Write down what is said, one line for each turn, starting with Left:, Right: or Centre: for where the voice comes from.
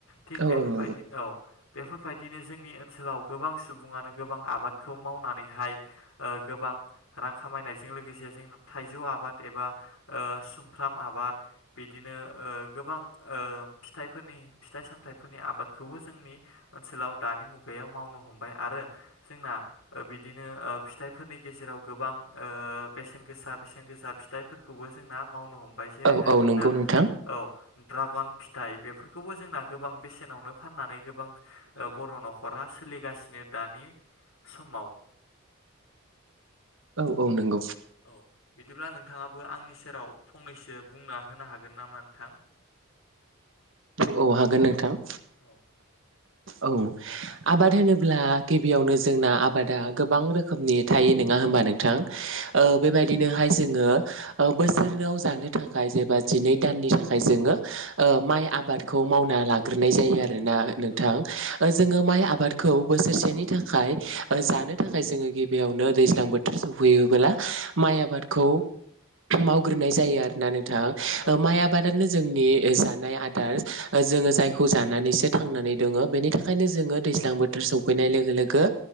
Left: थिग
Right: औ
Left: बेफोरबायदिनो
Right: औ नंगौ
Left: औ। बेफोरबायदिनो जोंनि ओनसोलाव गोबां सुबुङानो गोबां आबादखौ मावनानैहाय गोबां रां खामायनायजों लोगोसे जोंना थाइजौ आबाद एबा सुमफ्राम आबाद बिदिनो ओ गोबां ओ फिथाइफोरनि फिथाइ सामथाइफोरनि आबादखौबो जोंनि ओनसोलाव दानि मुगायाव मावनो हमबाय आरो। जोंना बिदिनो ओ फिथाइफोरनि गेजेराव गोबां ओ बेसेन गोसा बेसेन गोजा फिथाइफोरखौबो जोंना मावनो हमबाय जेरैहाय
Right: औ औ
Left: जोंना
Right: नंगौ नोंथां
Left: औ द्राग फि फिथाइ बेफोरखौबो जोंना गोबां बेसेनावनो फाननानै गोबां बर' न'खरा सोलिगासिनो दानि समाव।
Right: औ औ नोंगौ।
Left: औ बिदिब्ला नोंथाङाबो आंनि सेराव फंनैसो बुंना होनो हागोन नामा नोंथां।
Right: औ-औ हागोन नोंथां।
Left: औ।
Right: औ आबाद होनोब्ला गिबियावनो जोंना आबादा गोबां रोखोमनि थायो। नोङा होनबा नोंथां
Left: औ
Right: ओ
Left: नंगौ
Right: बेबायदिनो हास। जोङो ओ बोसोराव जानो थाखाय जेबा जिनै दाननि थाखाय जोङो ओ माइ आ आबादखौ मावना लाग्रोनाय जायो आरोना नोंथां
Left: औ
Right: ओ जो जोङो माइ आबादखौ बोसोरसेनि थाखाय ओ जानो थाखाय जोङो गिबियावनो दैज्लां बोथोर सौफै फैयोबोला माइ आबादखौ मावग्रोनाय जायो आरोना नों थां ओ
Left: औ
Right: माइ
Left: नंगौ
Right: आबादानो जोंनि ओ जा नाय आदार ओ जोङो जायखौ जानानैसो थांनानै दङ बेनि थाखायनो जोङो दैज्लां बोथोर सफैनाय लोगो लोगो